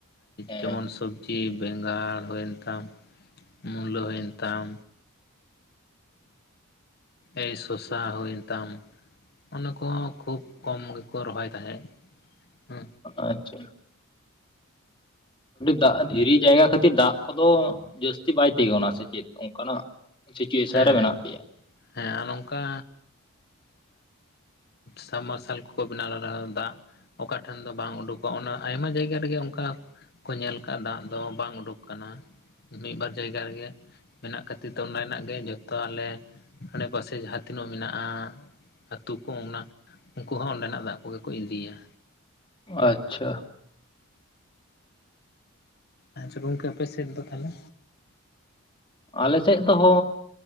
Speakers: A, on the left; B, on the left.
A: ᱦᱮᱸ
B: ᱡᱮᱢᱚᱱ ᱥᱚᱵᱽᱡᱤ ᱵᱮᱸᱜᱟᱲ ᱦᱩᱭᱮᱱ ᱛᱟᱢ ᱢᱩᱞᱟᱹ ᱦᱩᱭᱮᱱ ᱛᱟᱢ ᱮᱭ ᱥᱚᱥᱟ ᱦᱩᱭᱮᱱ ᱛᱟᱢ ᱚᱱᱟ ᱠᱚᱦᱚᱸ ᱠᱷᱩᱵ ᱠᱚᱢ ᱜᱮᱠᱚ ᱨᱚᱦᱚᱭ ᱛᱟᱦᱮᱸᱫ ᱦᱮ
A: ᱟᱪᱷᱟ ᱫᱟᱜ ᱫᱷᱤᱨᱤ ᱡᱟᱭᱜᱟ ᱠᱷᱟᱹᱛᱤᱨ ᱫᱟᱜ ᱠᱚᱫᱚ ᱡᱟᱹᱥᱛᱤ ᱵᱟᱭ ᱛᱤᱜᱩᱱᱟ ᱥᱮ ᱪᱮᱫ ᱚᱱᱠᱟᱱᱟᱜ ᱥᱤᱪᱩᱭ ᱥᱮᱱ
B: ᱦᱮᱸ
A: ᱨᱮ ᱢᱮᱱᱟᱜ ᱯᱮᱭᱟ
B: ᱦᱮᱸ ᱟᱨ ᱱᱚᱝᱠᱟ ᱥᱟᱵ ᱢᱟᱨᱥᱟᱞ ᱠᱚᱠᱚ ᱵᱮᱱᱟᱣ ᱫᱟᱜ ᱚᱠᱟ ᱴᱷᱮᱱ ᱫᱚ ᱵᱟᱝ ᱩᱰᱩᱠᱚᱜᱼᱟ ᱚᱱᱟ ᱟᱭᱢᱟ ᱡᱟᱭᱜᱟ ᱨᱮᱜᱮ ᱚᱱᱠᱟ ᱠᱚ ᱧᱮᱞ ᱟᱠᱟᱫ ᱫᱟᱜ ᱫᱚ ᱵᱟᱝ ᱩᱰᱩᱠ ᱟᱠᱟᱱᱟ ᱢᱤᱫ ᱵᱟᱨ ᱡᱟᱭᱜᱟ ᱨᱮᱜᱮ ᱢᱮᱱᱟᱜ ᱠᱷᱟᱹᱛᱤᱨ ᱛᱮ ᱚᱸᱰᱮᱱᱟᱜ ᱜᱮ ᱡᱚᱛᱚ ᱟᱞᱮ ᱟᱰᱮᱯᱟᱥᱮ ᱡᱟᱦᱟᱸ ᱛᱤᱱᱟᱹᱜ ᱢᱮᱱᱟᱜᱼᱟ ᱟᱹᱛᱩ ᱠᱚ ᱚᱱᱟ ᱩᱱᱠᱩ ᱦᱚᱸ ᱚᱸᱰᱮᱱᱟᱜ ᱫᱟᱜ ᱠᱚᱜᱮ ᱠᱚ ᱤᱫᱤᱭᱟ
A: ᱟᱪᱷᱟ
B: ᱟᱪᱪᱷᱟ ᱜᱚᱝᱠᱮ ᱟᱯᱮ ᱥᱮᱫ ᱫᱚ ᱛᱟᱦᱚᱞᱮ
A: ᱟᱞᱮ ᱥᱮᱫ ᱛᱚᱦᱚ